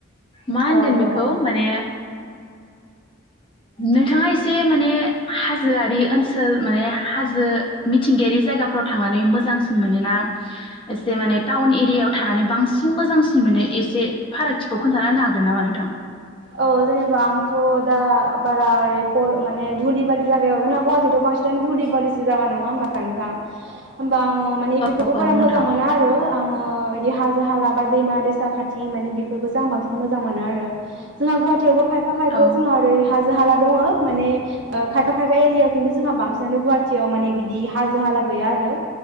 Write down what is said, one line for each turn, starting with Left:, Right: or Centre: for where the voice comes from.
Left: मा होनगोन
Right: औ
Left: बेखौ
Right: औ
Left: माने नोंथाङा एसे एसे माने हाजोआरि ओनसोल माने हाजो मिथिंगायारि जायगाफोराव थांनानै मोजांसिन मोनोना एसे माने टाउन एरियाव थानानै बांसिन मोजांसिन मोनो। एसे फारागथिखौ खोन्थाना होनो हा गोन नामा नोंथां?
Right: औ जेनेबा आंथ' दा बारा ओरै माने धुलि बालि जायगायाव जोंना गुवाहाटियाथ' बांसिनानो धुलि बालिसो जागा नङा होनबा नोंथां? बा आङो माने बेफोरखौ
Left: औ औ
Right: बारा
Left: नोंथां
Right: मोजां मोना आरो। आङो बिदि हाजो हाला बा दैमा दैसा खाथि माने बेफोरखौसो आं बांसिन मोजां मोनो आरो। जोंना गुवाहायावबो। खायफा खायफायाव
Left: औ
Right: जोंहा ओरै हाजो हाला दङ माने ओ- खायफा खायफा एरियायाव खिन्थु जोंहा बांसिनानो गुवाहाटियाव बिदि हाजो हाला गैया आरो